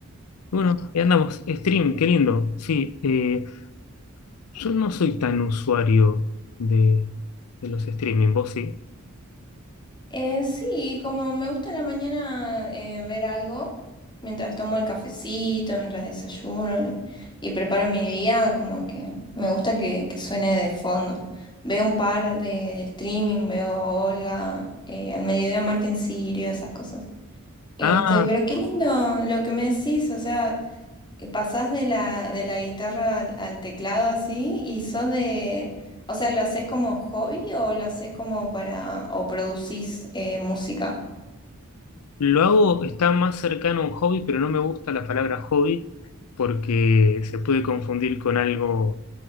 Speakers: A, on the left; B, on the left.
A: Bueno, ahí andamos. Stream, qué lindo. Sí, eh, yo no soy tan usuario de, de los streaming, ¿vos sí?
B: Eh, sí, como me gusta a la mañana eh, ver algo, mientras tomo el cafecito, mientras desayuno y, y preparo mi día, como que me gusta que, que suene de fondo. Veo un par de de streaming, veo Olga, eh, al mediodía Martín Sirio, esas cosas. Este,
A: Ah,
B: pero qué lindo lo que me decís, o sea. que pasás de la, de la guitarra al, al teclado así y sos de, o sea, ¿lo haces como hobby o lo haces como para, o producís eh, música?
A: Lo hago, está más cercano a un hobby, pero no me gusta la palabra hobby porque se puede confundir con algo,